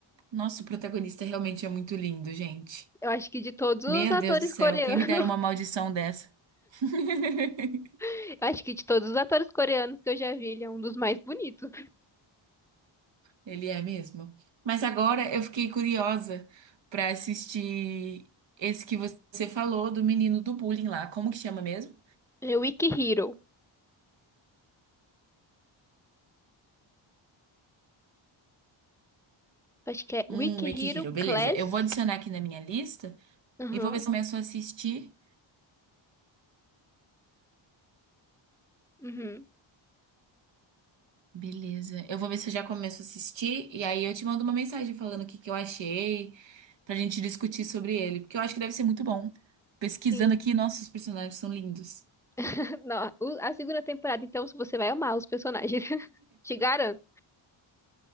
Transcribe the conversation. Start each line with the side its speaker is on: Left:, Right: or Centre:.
Right: Nossa, o protagonista realmente é muito lindo, gente.
Centre: Eu acho que de todos os
Right: Meu
Centre: atores
Right: Deus do céu,
Centre: coreanos,
Right: quem me dera uma maldição dessa? <laughs>
Centre: <laughs> eu acho que de todos os atores coreanos que eu já vi, ele é um dos mais bonitos.
Right: Ele é mesmo. Mas agora eu fiquei curiosa pra assistir esse que você falou do menino do bullying lá. Como que chama mesmo?
Centre: É Wiki Hero. Acho que é Wiki
Right: Hum, Wiki
Centre: Hero
Right: Hero, beleza.
Centre: Class.
Right: Eu vou adicionar aqui na minha lista
Centre: Aham.
Right: e vou ver se eu começo a assistir.
Centre: Uhum.
Right: Beleza. Eu vou ver se eu já começo a assistir e aí eu te mando uma mensagem falando o que que eu achei, pra gente discutir sobre ele, porque eu acho que deve ser muito bom. Pesquisando
Centre: Sim.
Right: aqui, nossa, os personagens são lindos.
Centre: <laughs> Não, o- a segunda temporada, então, você vai amar os personagens. <laughs> Te garanto.